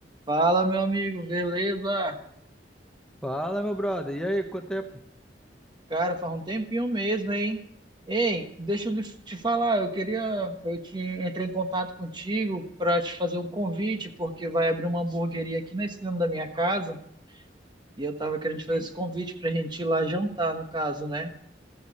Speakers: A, on the right; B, in the centre.
A: Fala, meu amigo, beleza?
B: Fala, meu brother. E aí, quanto tempo?
A: Cara, faz um tempinho mesmo, hein? Ei, deixa eu lhe- te falar, eu queria, eu te entrei em contato contigo para te fazer um convite, porque vai abrir uma hamburgueria aqui na esquina da minha casa, e eu tava querendo te fazer
B: Sim.
A: esse convite pra gente ir lá jantar, no caso, né?